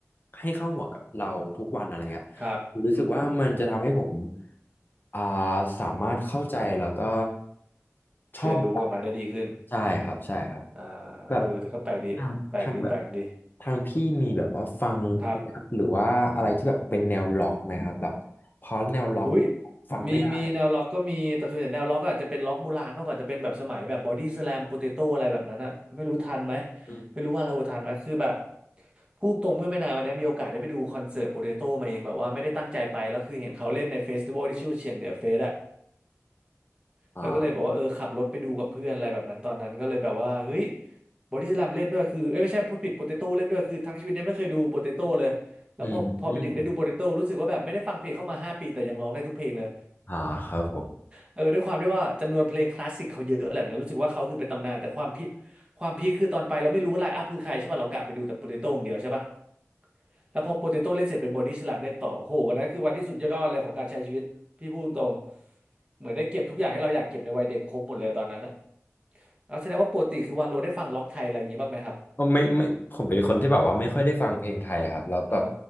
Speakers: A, on the left (about 40°); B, on the right (about 20°).
A: ให้เข้าหัวกับเราทุกวันอะไรเงี้ยผมรู้สึกว่ามันจะทำให้ผม
B: ครับ
A: อ่าสามารถเข้าใจแล้วก็ชอบมันได้ครับ
B: เรียนรู้กับมันได้ดีขึ้น
A: ใช่ครับใช่ครับ
B: อ่าเออแต่ก็แปลกดีแปลกดีแปลกดี
A: แบบทางทางแบบ ทางพี่มีแบบว่าฟัง
B: ครับ
A: ครับหรือว่าอะไรที่แบบเป็นแนวล็อกไหมครับแบบเพราะแนวล็อก
B: อุ้ย
A: ฟังไม่ได้
B: มีมีแนวล็อกก็มีแต่ส่วนใหญ่แนวล็อกอาจจะเป็นล็อกโบราณมากกว่าจะเป็นแบบสมัยแบบบอดี้สแลมโปเตโต้อะไรแบบนั้นนะไม่รู้ทันไหม
A: อืม
B: ไม่รู้ว่าเราทันไหมคือแบบพูดตรงเมื่อไม่นานวันนี้มีโอกาสได้ไปดูคอนเสิร์ตโปเตโต้มาเองแบบว่าไม่ได้ตั้งใจไปแล้วคือเห็นเขาเล่นในเฟสติวัลที่ชื่อเชียงเหนือเฟสอะ
A: อ่า
B: แล้วก็เลยบอกว่าเออขับรถไปดูกับเพื่อนอะไรแบบนั้นตอนนั้นก็เลยแบบว่าเฮ้ยบอดี้สแลมเล่นด้วยคือเอ้ยไม่ใช่พูดผิดโปเตโต้เล่นด้วยคือทั้งชีวิตเนี้ไม่เคยดูโปเตโต้เลยแล้วพอพอไปถึงได้ดูโปเตโต้รู้สึกว่าแบบไม่ได้ฟังเพลงเข้ามาห้าปีแต่ยังร้องได้ทุกเพลงเลย
A: อืมอืมอ่าครับผม
B: เออด้วยความที่ว่าจำนวนเพลงคลาสสิกเขาเยอะอะไรแบบเนี้ยรู้สึกว่าเขาคือเป็นตำนานแต่ความพีคความพีคคือตอนไปเราไม่รู้ว่าไลน์อัพคือใครใช่ป่ะ เรากะไปดูแต่โปเตโต้อย่างเดียวใช่ป่ะ แล้วพอโปเตโต้เล่นเสร็จเป็นบอดี้สแลมเล่นต่อโอ้โหวันนั้นคือวันที่สุดยอดเลยของการใช้ชีวิตพี่พูดตรงๆเหมือนได้เก็บทุกอย่างให้เราอยากเก็บในวัยเด็กครบหมดเลยตอนนั้นอะแล้วแสดงว่าปกติคือวาโลได้ฟังล็อกไทยอะไรอย่างงี้บ้างไหมครับ
A: ก็ไม่ไม่ผมเป็นคนที่แบบว่าไม่ค่อยได้ฟังเพลงไทยครับแล้วแบบ
B: เอ